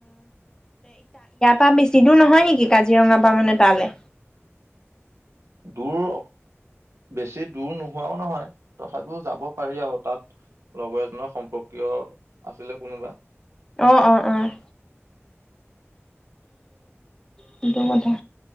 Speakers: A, on the left; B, on the right.
A: পা বেছি দূৰ নহয় নেকি, কাজিৰঙা পৰা মানে তালে?
B: দূৰ, বেছি দূৰ নোহোৱা নহয়। তথাপিও যাব পাৰি আৰু তাত। লগৰ এজনৰ সম্পৰ্কীয় আছিলে কোনোবা।
A: অ' অ' অ', সেইটো কথা,